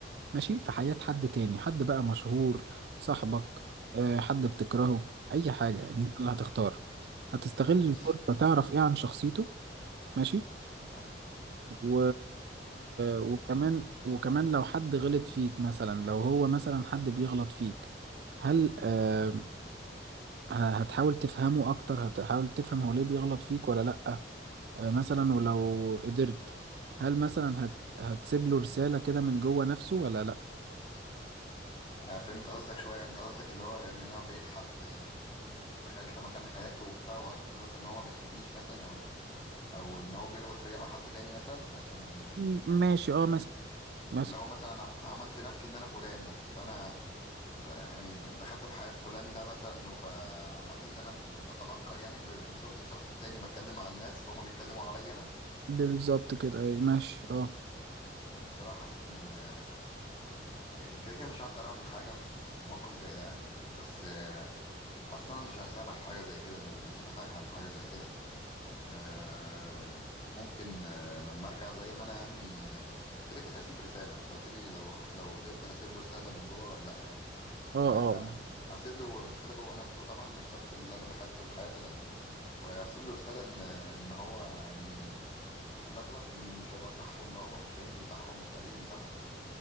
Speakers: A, on the right (about 60°); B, on the left (about 30°).
A: ماشي في حياه حد تاني حد بقى مشهور صاحبك آه حد بتكرهه اي حاجه يعني انت اللي هتختار هتستغل
B: ماشي
A: الفرصه تعرف ايه عن شخصيته ماشي
B: آه.
A: و... وكمان وكمان لو حد غلط فيك مثلا لو هو مثلا حد بيغلط فيك هل آه، ه- هتحاول تفهمه اكتر هتحاول تفهم هو ليه بيغلط فيك ولا لأ آه، مثلا ولو قدرت هل مثلا هت... هتسيب له رسالة كده من جوه نفسه ولا لأ
B: أنا فهمت قصدك شوية أنت قصدك اللي هو يعني أنا بقيت حد آه، دخلت مكان حياته وبتاع وعرفت مثلا إن هو ما بيحبنيش مثلا أو أو إن هو بيغلط فيا مع حد تاني مثلا عشان آه،
A: م- ماشي اه مثلا مثلا
B: لو مثلا أنا عملت نفسي إن أنا فلان مثلا فأنا ده يعني د- دخلت في حياة فلان ده مثلا فعادي إن أنا بتنكر يعني ب- بصورة الشخص التاني بتكلم مع الناس فهم بيتكلموا عليا أنا
A: بالظبط كده اي ماشي اه
B: يعني الصراحة حاسس إن آه، يعني كده كده مش هقدر أعمل حاجة في في موقف زي ده يعني بس آه، حاسس إن أنا مش هسامح في حاجة زي كده ومش هتفهم حاجة زي كده آه ممكن آه لما ارجع زي ما انا يعني آه، كده كده هسيب رسالة انت قلت لي لو لو قدرت هسيب له رسالة من جوه ولا لا يعني فهسيب
A: اه اه آه.
B: له رسالة جوه نفسه طبعا الشخص اللي انا دخلت في حياته ده وهسيب له رسالة ان ان هو يعني في الاغلب مش هيبقى صح وان هو مش فاهمني صح ومش قاريني صح